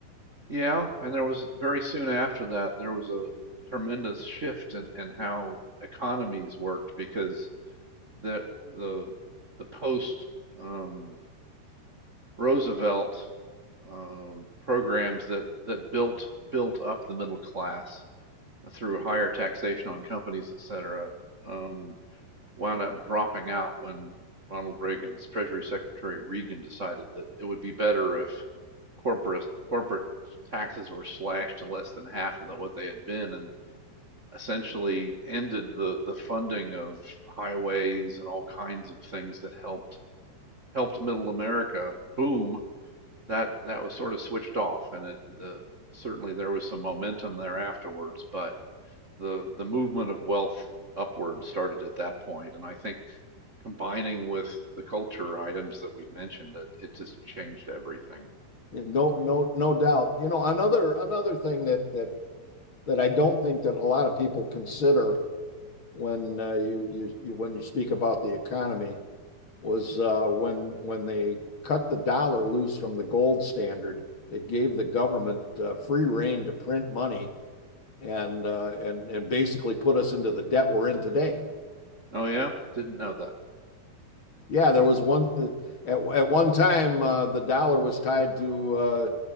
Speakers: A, on the right (about 70°); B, on the left (about 35°).
A: Yeah, and there was very soon after that, there was a tremendous shift in, in how economies worked because the the the post um, Roosevelt um, programs that that built built up the middle class through higher taxation on companies, et cetera, um, wound up dropping out when Ronald Reagan's Treasury Secretary Reagan decided that it would be better if corporate corporate taxes were slashed to less than half of what they had been and essentially ended the the funding of highways and all kinds of things that helped helped middle America boom that that was sort of switched off and it the certainly there was some momentum there afterwards but the the movement of wealth upward started at that point and I think combining with the culture items that we mentioned it, it just changed everything.
B: No, no, no doubt. You know, another another thing that that that I don't think that a lot of people consider when uh, you, you you when you speak about the economy was uh, when when they cut the dollar loose from the gold standard. It gave the government uh, free reign to print money and uh, and and basically put us into the debt we're in today.
A: Oh yeah, didn't know that.
B: Yeah, there was one at at one time uh, the dollar was tied to uh,